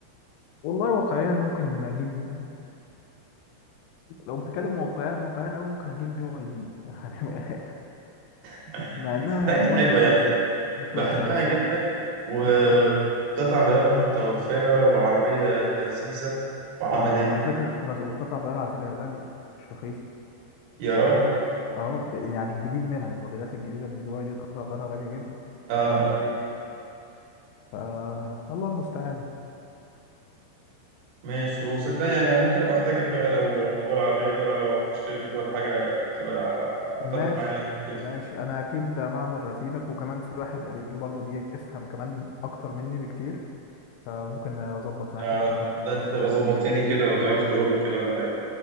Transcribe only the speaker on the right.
<laughs>
صدقني
حلوه
يعني
بحبها
جدا وقطع
غيارها متوفرة وعربية لذيذة وعملية
يا راجل
اه اكيد
ماشي وصدق يعني ممكن ابقى احتاجك بقى لو موضوع العربية ده لو اروح اشتري كده ولا حاجة تبقى اعطلك
معايا يوم كده
آه،
ده انت تبقى ظبطتني كده لو تعرف تقول له كده ولا حاجة